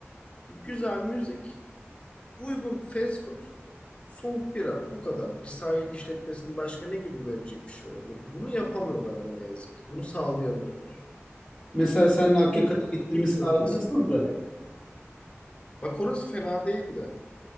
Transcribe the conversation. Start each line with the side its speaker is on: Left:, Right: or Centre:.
Left: Güzel müzik, uygun fast food, soğuk bira bu kadar. Bir sahil işletmesinin başka ne gibi verecek bir şey olabilir? Bunu yapamıyorlar ama ne yazık ki. Bunu sağlayamıyorlar.
Centre: mesela seninle Akyaka'da
Left: Kim,
Centre: gittiğimiz
Left: kim köftesi
Centre: sahil nasıldı?
Left: şey yapıyor. Bak orası fena değildi. de.